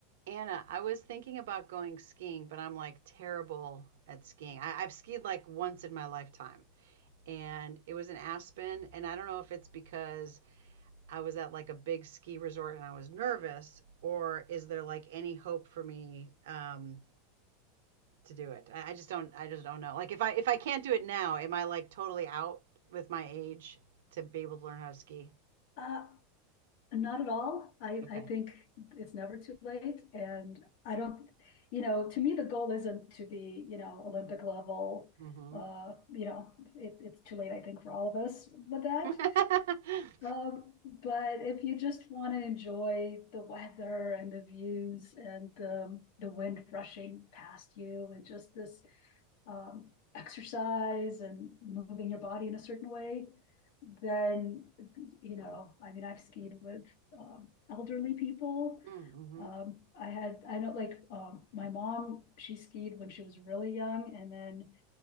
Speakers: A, on the right; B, on the left.
A: Anna, I was thinking about going skiing, but I'm like terrible at skiing. I, I've skied like once in my lifetime, and it was in Aspen. And I don't know if it's because I was at like a big ski resort and I was nervous, or is there like any hope for me um, to do it? I, I just don't. I just don't know. Like if I if I can't do it now, am I like totally out with my age to be able to learn how to ski?
B: Uh, not at all. I,
A: Okay.
B: I think it's never too late. And I don't, you know, to me, the goal isn't to be, you know, Olympic level.
A: Mm-hmm.
B: Uh, you know, it, it's too late, I think, for all of us with that.
A: <laughs> mm-hmm.
B: Um, but if you just want to enjoy the weather and the views and um, the wind rushing past you and just this um, exercise and moving your body in a certain way, then, you know, I mean, I've skied with um, elderly people.
A: Mm-hmm.
B: Um, I had, I know, like um, my mom, she skied when she was really young, and then